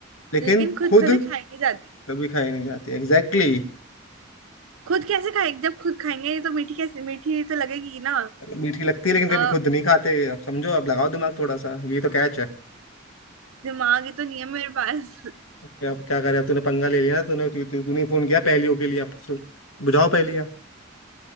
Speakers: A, on the left; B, on the right.
A: लेकिन
B: लेकिन खुद
A: खुद
B: कभी खाई नहीं जाती
A: कभी खाई नहीं जाती एग्जैक्टली
B: खुद कैसे खाएंगे जब खुद खाएंगे तो मीठी कैसे मीठी तो लगेगी ना
A: मीठी लगती है लेकिन
B: अ,
A: कभी खुद नहीं खाते अब समझो अब लगाओ दिमाग थोड़ा सा ये तो कैच है
B: दिमाग ही तो नहीं है मेरे पास
A: अब क्या क्या करे अब तूने पंगा ले लिया ना तूने तू, तू, तूने फोन किया पहेलियों के लिए अब सु- बुझाओ पहेलियां